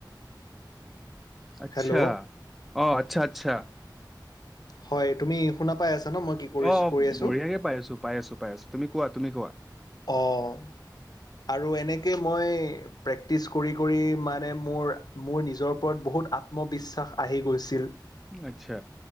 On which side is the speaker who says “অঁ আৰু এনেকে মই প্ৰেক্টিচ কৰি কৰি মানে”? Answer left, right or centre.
Left